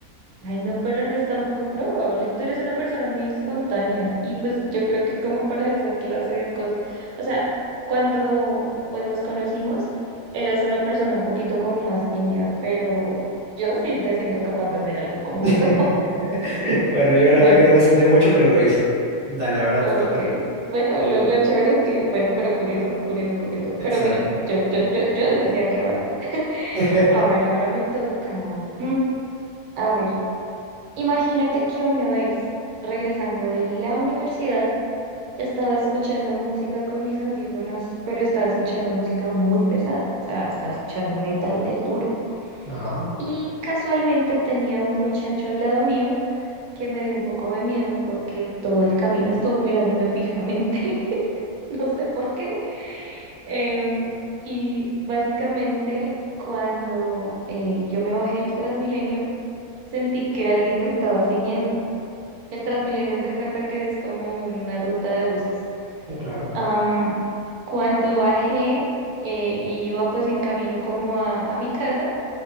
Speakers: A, on the right (about 80°); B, on the right (about 40°).
A: Ay, no, pero no es tampoco probable. Tú eres una persona muy espontánea y pues yo creo que como para esa clase de cosas, o sea, cuando pues nos conocimos, eras una persona un poquito como más tímida, pero yo sí te siento capaz de hacer algo como
B: <laughs>
A: eso. <laughs>
B: Bueno, yo la
A: Bueno,
B: verdad que no me sentía mucho, pero lo hice. Dale, ahora
A: ok.
B: te toca.
A: Bueno, lo, lo chévere es que, bueno, pero curioso, curioso, curioso.
B: Exacto.
A: Pero mira, yo, yo, yo, yo decía que era verdad. <laughs>
B: <laughs>
A: A ver, ahora me toca. mm, a ver, imagínate que una vez, regresando de la universidad, Estaba escuchando música con mis audífonos, pero estaba escuchando música muy pesada, o sea, estaba escuchando metal del duro.
B: Ajá,
A: Y casualmente tenía un muchacho al lado mío que me dio un poco de miedo porque todo el camino estuvo mirándome fijamente, <laughs> no sé por qué. Em, y básicamente cuando eh, yo me bajé del Transmilenio, sentí que alguien me estaba siguiendo. El Transmilenio es de cuenta que es como una ruta de buses.
B: no, claro.
A: Am, cuando bajé eh, y iba pues en camino como a, a mi casa,